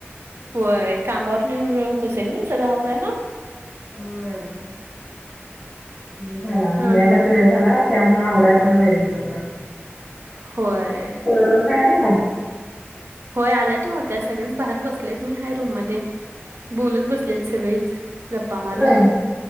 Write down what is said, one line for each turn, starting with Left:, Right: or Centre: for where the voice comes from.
Right: होय कामावर नेऊन वेळ होत असेल नाय सगळं आवरायला.
Left: होय. वेळ झाला आज
Right: हा
Left: यायलाच
Right: हा
Left: वेळ झाला त्यामुळे आवराय पण वेळ झाला जरा.
Right: होय.
Left: <unintelligible> यायले का?
Right: होय आल्यात नव्हत्या सगळच बाहेर बसलेत मी हाय रूम मध्ये. बोलत बसल्यात सगळीच गप्पा मारत.
Left: होय